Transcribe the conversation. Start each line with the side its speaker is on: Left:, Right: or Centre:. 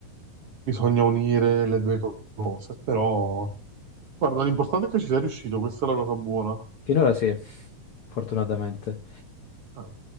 Right: bisogna unire le due co- cose, però guarda, l'importante è che ci sei riuscito, questa è la cosa buona.
Left: Finora sì, fortunatamente.
Right: Ah.